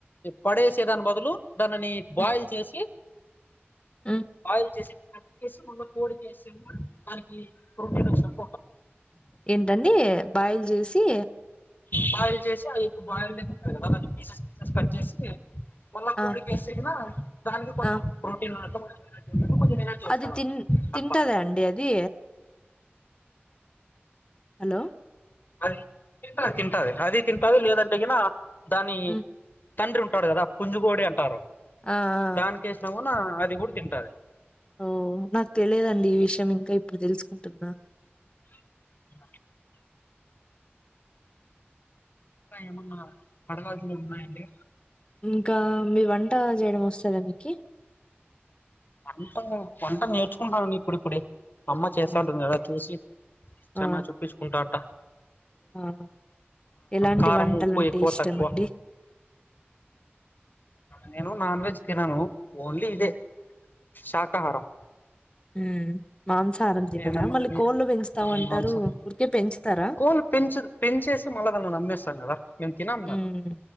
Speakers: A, on the left; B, on the left.
A: పడేసే దాని బదులు దానని
B: హ్మ్.
A: బాయిల్ చేసి
B: హ్మ్.
A: బాయిల్ చేసి కట్ చేసి మళ్ళా కోడికేస్తేగున దానికి ప్రోటీన్ వస్తాది.
B: ఏంటండి బాయిల్ చేసి
A: బాయిల్ చేసి ఆ ఎగ్ బాయిల్ ఉంటాది కదా దాన్ని పీసెస్ పీసెస్ కట్ చేసి మళ్ళ
B: ఆ!
A: కోడిస్తే గినా దానికి కొంచెం
B: ఆ!
A: ప్రోటీన్ కొంచెం ఉన్నట్టు, కొంచెం ఎనర్జీ వస్తుంది
B: అది తిన్ తింటదా
A: అట్లా
B: అండి అది హలో
A: అది తంటది తింటది అది తింటది లేదంటే గినా దాని
B: హ్మ్.
A: తండ్రి ఉంటాడు కదా పుంజుకోడి అంటారు
B: ఆ! ఆ!
A: దానికి యేసినాగునా అది కూడా తింటది.
B: ఓ నాకు తెలియదండి ఈ విషయం ఇంకా ఇప్పుడు తెలుసుకుంటున్నా.
A: <unintelligible> ఇంకా ఏమన్నా అడగలసినవి ఉన్నాయా అండి
B: ఇంకా మీ వంట చేయడం వస్తదా మీకి
A: వంట వంటను నేర్చుకుంటాన్నానండి ఇప్పుడిప్పుడే. అమ్మ చేస్తాంటుంది
B: ఆ!
A: కదా చూసి
B: ఆ!
A: చానా చొప్పించుకుంటంటా.
B: ఆ ఎలాంటి
A: కారం
B: వంటలంటే
A: ఉప్పు ఎక్కువ
B: ఇష్టమండి
A: తక్కువ
B: <inaudible>
A: నేను నాన్ వెజ్ తినను ఓన్లీ ఇదే
B: హ్మ్.
A: శాకాహారం
B: <inaudible> మాంసాహారం తినరా
A: ఏనన్నా
B: మళ్ళీ కోళ్ళు పెంచుతామంటారు
A: మాంసం
B: ఉరికే పెంచుతారా.
A: కోళ్ళు పెంచు పెంచేసి మళ్ళా దాండ్లాని అమ్మేస్తాము కదా మేము తినము
B: హ్మ్.
A: దాండ్లని.